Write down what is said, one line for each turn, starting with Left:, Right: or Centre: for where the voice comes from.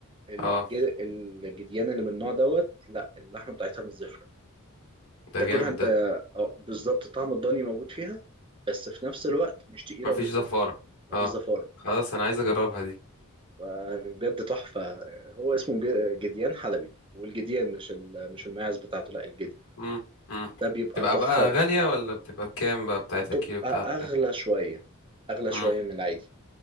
Right: الج-
Left: اه
Right: الجديان اللي من النوع دوت لا اللحمة بتاعتها مش زفرة
Left: ده
Right: تاكلها
Left: جامد
Right: انت
Left: ده
Right: اه بالظبط طعم الضاني موجود فيها بس في نفس الوقت مش تقيله
Left: مفيش
Right: ومش
Left: زفارة
Right: زفره مفيش
Left: اه
Right: زفاره
Left: خلاص انا عايز اجربها دي
Right: فبجد تحفه هو اسمه ج- جديان حلبي والجديان مش ال- مش الماعز بتاعته لا الجدي
Left: مم. مم.
Right: ده بيبقى
Left: تبقى
Right: تحفه
Left: بقى غالية ولا بتبقى كام بقى بتاعتها
Right: تبقى
Left: كيلو بتاعها
Right: اغلى
Left: بكام
Right: شويه اغلى
Left: مم.
Right: شويه من العادي